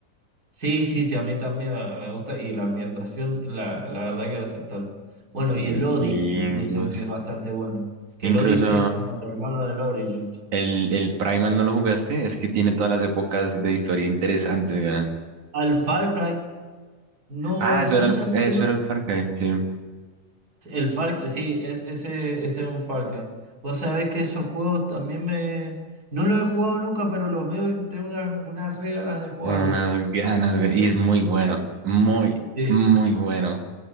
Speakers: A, on the right; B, on the right.
A: Sí, sí, sí, a mí también me me gusta y la ambientación, la, la verdad que lo acertaron. Bueno,
B: Los
A: y
B: vikingos.
A: el Odyssey, dicen que es bastante bueno. Que el
B: Incluso
A: Odyssey es como el hermano del Origin.
B: el, el Primal no lo jugaste, es que tiene todas las épocas de historia interesantes, weón.
A: Al Far Cry, no,
B: Ah, eso
A: vos
B: era el,
A: sabés
B: eso
A: que no.
B: era el Far Cry, sí.
A: El Far, sí, es- ese, ese es un Far Cry. Vos sabés que esos juegos también me... No los he jugado nunca, pero los veo y tengo unas, unas re ganas de jugarlos.
B: Unas ganas, weón, Y es muy bueno, muy,
A: Sí,
B: muy
A: sí.
B: bueno.